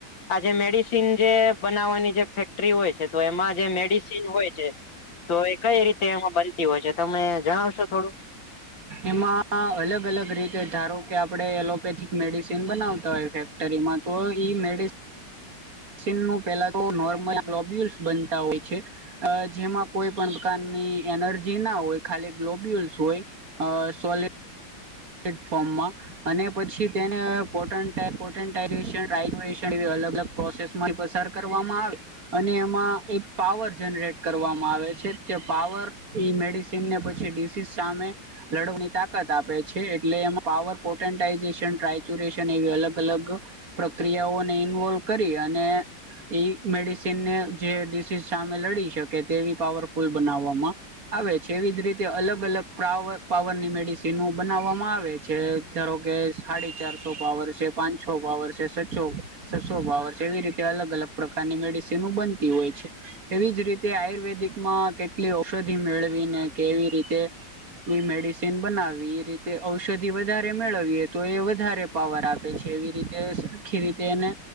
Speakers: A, on the left (about 80°); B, on the right (about 50°).
A: આજ મેડી સીન જે બનાવવાની જે ફેક્ટરી હોય છે તો એમાં જે મેડિસિન હોય છે તો એ કઈ રીતે એમાં બનતી હોય છે તમે જણાવશો થોડું.
B: એમાં અલગ અલગ રીતે ધારો કે આપડે એલોપેથિક મેડિસિન બનાવતા હોય છે. ટરીમાં તો ઈ મેડિ સીન નુ પહેલા તો નોર્મલ ગ્લોબ્યુલ્સ બનતા હોય છે. અ જેમાં કોઈ પણ પ્રકારની એનર્જી ના હોય ખાલી ગ્લોબ્યુલ્સ હોય અ સોલીડ ડ ફોમાં અને પછી તેને પોટન પોટશનન <unintelligible> એવી અલગ અલગ પ્રોસેસ પસાર કરવામાં આવે અને એમાં એક પાવર જનરેટ કરવામાં આવે છે તે પાવર મેડી સીને પછી ડીસીસ સામે લડવાની તાકાત આપે છે એટલે એમાં પાવર પોટેન્ટાઈઝેશન ટાયચુરેશન એવી અલગ અલગ પ્રક્રિયાઓને ઇન્વોલ્વ કરી અને ઈ મેડિસન ને જે ડીસીઝ સામે લડી શકે તેવી પાવરફુલ બનાવવામાં આવે છે એવી જ રીતે અલગ અલગ પ્રાવ પાવરની મેડિસિનુ બનાવવામાં આવે છે ધારો કે સાડી ચારસો પાવર છે પાંચસો પાવર છે છસો છસો પાવર છે એવી રીતે અલગ અલગ પ્રકારની મેડિસિનો બનતી હોય છે એવી જ રી તે આયુર્વેદિક માં કેટલી ઔષધિ મેળવી ને કેવી રીતે એ મેડિસિન બનાવી રીતે ઔષધિ વધારે મેળવીએ તો એ વધારે પાવર આપે છે એવી રીતે આખી રીતે એને